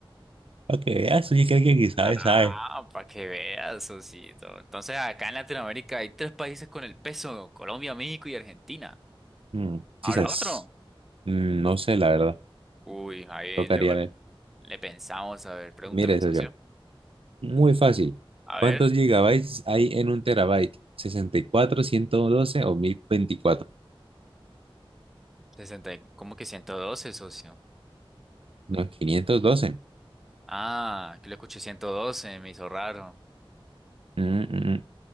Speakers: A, on the right; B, in the centre.
A: Para que veas, oye, que alguien que sabe,
B: Ah,
A: sabe.
B: para que veas, Sosito. Entonces, acá en Latinoamérica hay tres países con el peso, Colombia, México y Argentina.
A: Mm, quizás.
B: ¿Habrá otro?
A: Mm, no sé, la verdad.
B: Uy, ahí
A: Tocaría
B: luego
A: ver.
B: le pensamos, a ver, pregúnteme,
A: Mire eso
B: socio.
A: yo. Muy fácil.
B: A
A: ¿Cuántos
B: ver,
A: gigabytes hay en un terabyte? Sesenta y cuatro, ciento doce o mil veinticuatro.
B: sesenta, y- ¿cómo que 112, socio?
A: No, 512.
B: Ah, que le escuché 112, me hizo raro.
A: Mm, mm, mm.